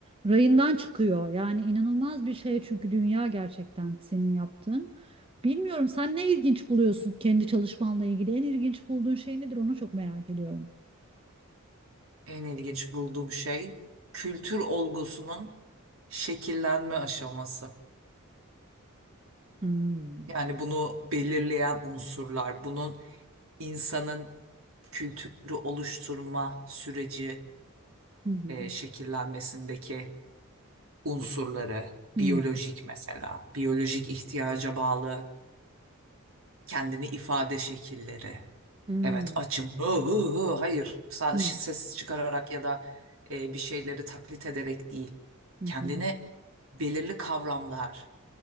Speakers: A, on the right; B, on the right.
A: Rayından çıkıyor. Yani inanılmaz bir şey çünkü dünya gerçekten senin yaptığın. Bilmiyorum sen ne ilginç buluyorsun kendi çalışmanla ilgili? En ilginç bulduğun şey nedir? Onu çok merak ediyorum.
B: En ilginç bulduğum şey kültür olgusunun şekillenme aşaması.
A: Hmm.
B: Yani bunu belirleyen unsurlar, bunun insanın kültürü oluşturma süreci
A: Hı hı.
B: e, şekillenmesindeki unsurları, biyolojik
A: Hmm.
B: mesela, biyolojik ihtiyaca bağlı kendini ifade şekilleri.
A: Hmm.
B: Evet açım. Hı hı hı. Hayır, sadece
A: Hmm.
B: ses çıkararak ya da e, bir şeyleri taklit ederek değil.
A: Hı
B: Kendini
A: hı.
B: belirli kavramlar